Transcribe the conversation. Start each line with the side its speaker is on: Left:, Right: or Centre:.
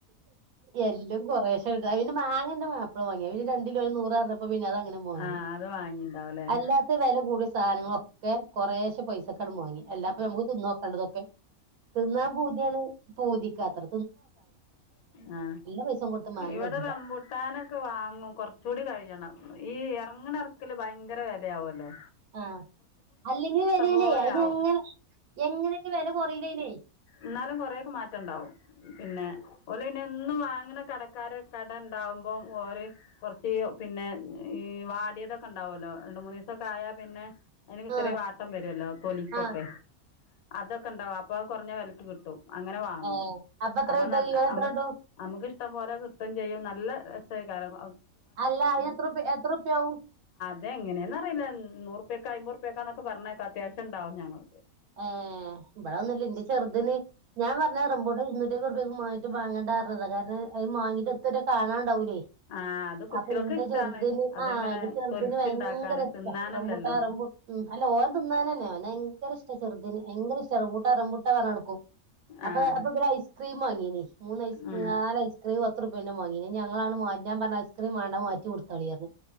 Right: എല്ലാം കൊറേശ്ശെയുണ്ട് പിന്നെ മാങ്ങന്റെ മാ അത് വാങ്ങിയോ പിന്നെ രണ്ടു കിലോ നൂറാ പിന്നെ അതങ്ങനെ വാങ്ങി
Left: ആഹ് അത് വാങ്ങിണ്ടാവുംല്ലേ
Right: അല്ലാത്ത വെല കൂടിയ സാധനങ്ങളൊ ഒക്കെ കൊറേശെ പൈസക്കണ്ട് വാങ്ങി എല്ലാപ്പം നമുക്ക് തിന്ന് നോക്കേണ്ടതൊക്കെ തിന്നാൻ പൂതിയാണ് പൂതിക്ക് അത്ര
Left: ആ
Right: പൈസയും കൊടുത്ത് മാങ്ങാൻ
Left: ഇവിടെ
Right: കജ്ജൂല
Left: റമ്പുട്ടാനൊക്കെ വാങ്ങും കൊറച്ച് കൂടി കഴിയണം ഈ അങ്ങനെ എറക്കല് ഭയങ്കര വെലയാവും അല്ലേ
Right: ആ അല്ലെങ്കിൽ വ കൊറയല്
Left: പോലെ
Right: അയില്
Left: ആവും
Right: എങ്ങനെ എങ്ങനെ വെല കൊറയില് അയിന്
Left: എന്നാലും കൊറേയൊക്കെ മാറ്റം ഉണ്ടാവും പിന്നെ ഓല് പിന്നെ ഒന്നും വാങ്ങണ കട ക്കാര് കട ഉണ്ടാവുമ്പോം ഓര് കൊറയ് ചെയ്യും പിന്നെ ഈ വാ പൊട്ടിയതൊക്കെണ്ടാവുല്ലോ രണ്ട് മൂന്ന് ദിവസൊക്കെ ആയാ പിന്നെ അതിന്
Right: ആ
Left: ചെറിയ വാട്ട ട്ടം വരൂല്ലോ തൊലിക്കൊക്കെ
Right: ആ
Left: അതൊക്കെ ഇണ്ടാവും അപ്പ അത് കൊറഞ്ഞ വെലക്ക് കിട്ടും അങ്ങനെ വാങ്ങും
Right: ഏഹ് എത്ര
Left: അപ്പൊ
Right: കിട്ടും
Left: നല്ല
Right: കിലോ എത്ര
Left: നമുക്ക്
Right: കിട്ടും
Left: നമ്മുക്ക് ഇഷ്‌ട ഷ്ടം പോലെ കിട്ടുവയും ചെയ്യും നല്ല രസായിക്കാണും
Right: അല്ല എത്രൂപ് എത്രൂപ്യഉം
Left: തെ എങ്ങനെന്ന് അറിയില്ല ന്നൂറുർപ്യക്ക് അയ്ബൊർപ്യേക്കാന്നെക്കെ ക് പറഞ്ക്കാത് അത്യാവ്ശ്യംണ്ടാകും ങ്ങങ്ങൾ
Right: ആ ഇബട അ ഒന്നുല്ല്യ ന്റ ചെർതിന് ഞാൻ പർഞ്ഞ് റെമ്പുട്ടൻ ഇരുന്നൂറ്റി അയ്ബ്ർപ്യേക് മാങി ട്ട് മാങ്ങണ്ടാ പർഞതാ കാരണം അയ് മാങ്ങീട്ട് എത്തുറ്റെ കാണാൺ ണ്ടാവുലെയ്
Left: ആഹ് അത് കുട്ടികൾക്ക്
Right: അപ്പൊ ഇന്റെ
Left: ഇഷ്ടാണ്
Right: ചെർതിന്
Left: അതിങ്ങനെ
Right: ആഹ് ഇന്റെ ചെർതിന്
Left: തൊലിച്ചുണ്ടാക്കാന്
Right: ഭയങ്കര ഇഷ്ടാ
Left: തിന്നാനല്ലല്ലോ
Right: റെബുട്ട റെബു മ് അല്ല ഓൻ തിന്നാനന്നെ ഓന് വയങ്കര ഇഷ്ടാ ഇതിന് വയങ്കര ഇഷ്ടാ റെമ്പുട്ട റെമ്പുട്ട പർഞ് ന്നടക്കും അപ്പെ
Left: ആഹ്
Right: അപ്പ പിന്ന ഐസ്ക്രീം വാങ്ങീനി മൂന്ന് ഐസ്
Left: ഉം
Right: ന്നാല് ഐസ് ക്രീം പത്തുർപ്യേൻ്റ മാങ്ങീനി ഞ് അങളാണ് മ ഞാം പർഞ്ഞ് ഐസ് ക്രീം മാണ്ട അയ് മാറ്റി കൊടുത്തളീ പർഞ്